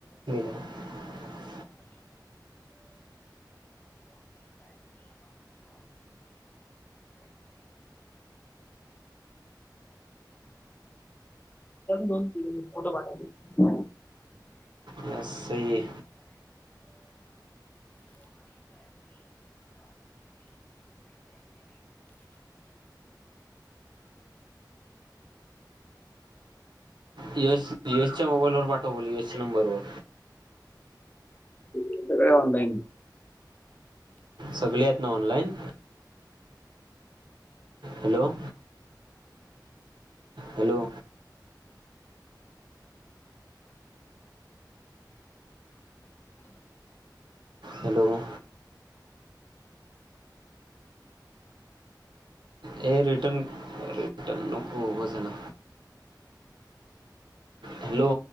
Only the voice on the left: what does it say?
दोन फोटो पाठव
सगळे ऑनलाईन